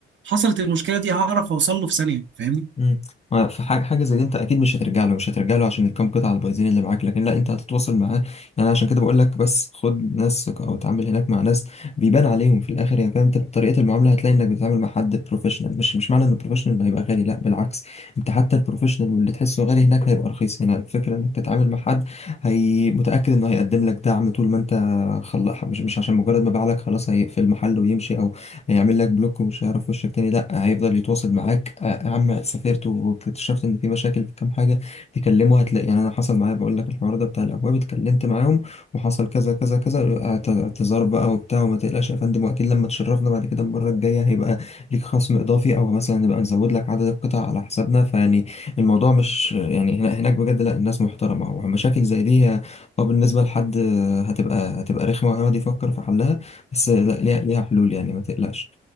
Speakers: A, on the right (about 40°); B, on the left (about 20°).
A: حصلت المشكلة دي هعرف اوصل له في ثانية فاهمني
B: مم. ما في حاجة حاجة زي دي انت اكيد مش هترجع له مش هترجع له عشان الكام قطعة البايظين اللي معاك لكن لا انت هتتواصل معاه يعني عشان كده بقول لك بس خد ناس او اتعامل هناك مع ناس بيبان عليهم في الاخر يعني فاهم انت طريقة المعاملة هتلاقي انك بتتعامل مع حد بروفيشنال مش مش معنى ان البروفيشنال هيبقى غالي لا بالعكس انت حتى البروفيشنال واللي تحسه غالي هناك هيبقى رخيص هنا الفكرة انك تتعامل مع حد هي متأكد انه هيقدم لك دعم طول ما انت خلص مش مش عشان مجرد ما باع لك خلاص هيقفل المحل ويمشي هيعمل لك بلوك ومش هيعرف وشك تاني لا هيفضل يتواصل معاك آه، يا عم سافرت واكتشفت ان في مشاكل في كام حاجه تكلمه هتلاقي يعني انا حصل معايا بقول لك الحوار ده بتاع الابواب اتكلمت معاهم وحصل كذا كذا كذا اعت- اعتذار بقى وبتاع وما تقلقش يا فندم واكيد لما تشرفنا بعد كده المره الجايه هيبقى ليك خصم اضافي او مثلا نبقى نزود لك عدد القطع على حسابنا فيعني الموضوع مش يعني هنا- هناك بجد لا الناس محترمه ومشاكل زي دي هي- اه بالنسبه لحد هتبقى هتبقى رخمه وهيقعد يفكر في حلها بس لا ليها ليها حلول يعني ما تقلقش